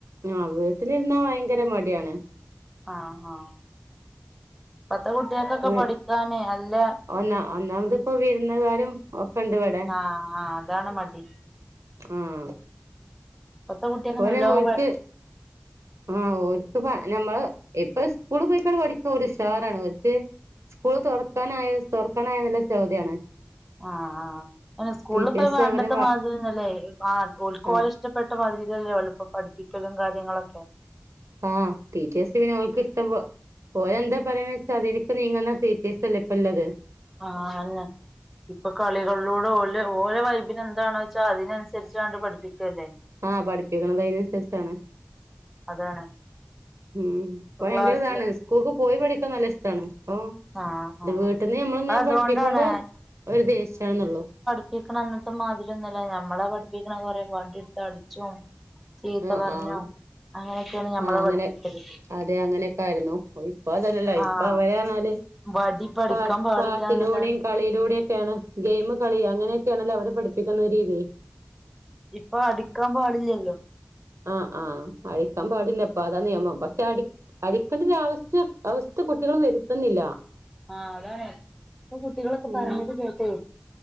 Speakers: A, on the right; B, in the centre.
A: ആഹ് വീട്ടിലിരുന്നാ ഭയങ്കര മടിയാണ്.
B: ആഹ് ആഹ് പ്പത്തെ കുട്ട്യാ ക്കൊക്കെ
A: വ്
B: പഠിക്കാന് അല്ല
A: ഒന്നാ ഒന്നാമത്പ്പൊ വിരുന്നുകാരും ഒക്കെണ്ട് വടെ.
B: ആഹ് ആഹ് അതാണ് മടി
A: ഊം
B: ഇപ്പത്തെ കുട്ടികൾക്ക്
A: ഓനെ
B: നല്ലോണം
A: ഓൽക്ക്
B: പ
A: ഊം ഓൽക്ക് പ ഞമ്മള് ഇപ്പൊ സ്കൂള് പോയിക്കാണ്ട് പഠിക്ക ഓരുഷാറാണ് ഓര്ക്ക് സ്കൂള് തൊറക്കാനായോ തൊറക്കാനായോന്നുള്ള ചോദ്യാണ്.
B: ആഹ് ആഹ് അയിന് സ്കൂൾപോ
A: ടീച്ചേഴ്സ്
B: പണ്ടത്ത
A: അവരെ വ
B: മാതിരിന്നല്ലേ ആഹ് ഓൽകോലഷ്
A: ആഹ്
B: ഇഷ്ടപ്പെട്ട മാതിരിക്കല്ലെഓലപ്പോ പഠിപ്പിക്കലും കാര്യങ്ങളൊക്കെ
A: മ് ടീച്ചേർസ്ന് പിന്നോല്ക്ക് ഇഷ്ടമ്പോ ഓലെന്താ എന്താ പറയണച്ചാ അതിനിക്ക് നീങ്ങ്ന്നാ ടീച്ചെയ്സല്ലെ ഇപ്പല്ലത്
B: ആഹ് അതന്നെ ഇപ്പൊ കളികളിലൂടെ ഓല് ഓലെ വൈബിനെന്താണോച്ചാ അതിനനുസരിച്ചാണ്ട് പഠിപ്പിക്കല്ലേ
A: ആഹ പഠിപ്പിക്കണത് അയിനനുസരിച്ചാണ്
B: അതാണ്
A: ഉ
B: ഇപ്പൊ
A: ഭയങ്കരതാണ്
B: ക്ലാസ്സില്
A: സ്കൂൾക്ക് പോയി പഠിക്കാൻ നല്ല ഇഷ്ട്ടാണ് ഓ
B: ആഹ്
A: ഇത്
B: ആഹ്
A: വീട്ടിന്ന് ങ്ങനെ
B: അത് അതുകൊണ്ടാണ്
A: പഠിപ്പിക്കുമ്പോ ഒരു ദേഷ്യണെന്നൊള്ളു
B: പഠിക്കണ അന്നത്തെ മതിരോന്നല്ല ഞമ്മളെ പഠിപ്പിക്കണെ കൊറെ വാടിട്ത്ത് അടിച്ചും ചീത്ത
A: ആഹ്
B: പറഞ്ഞും
A: ആഹ്
B: അങ്ങനെയൊക്കെണ് ഞമ്മളെ
A: ആഹ് അങ്ങനെ
B: പഠിപ്പികല്
A: അതെ അങ്ങനെയൊക്കെ ആയിരുന്നു. ഇപ്പൊ അതല്ലല്ലോ. ഇപ്പൊ
B: ആഹ്
A: അവരെറഞ്ഞാല്
B: വടിപ്പ അടിക്കാൻ
A: പ.
B: പാടില്ലാന്നുള്ള
A: പാട്ടിലൂടെയും കളിയിലൂടെയും ഒക്കെയാണ്, ഗെയിമ് കളി അങ്ങനെയൊക്കെയാണല്ലോ അവര് പഠി ക്കുന്ന രീതി
B: ഇപ്പോ അടിക്കാ പാടില്ലല്ലോ
A: ആഹ് ആഹ് അടിക്കാൻ പാടില്ല ഇപ്പം അതാ നിയമം. പക്ഷെ അടി അടിക്കേണ്ടൊരവസ്ഥ, അവസ്ഥ കുട്ടികൾ വരുത്തുന്നില്ല.
B: ആഹ്, അതാണ് ഇപ്പൊ കുട്ടികളൊക്കെ
A: ഉം
B: പറഞ്ഞത് കേട്ടെ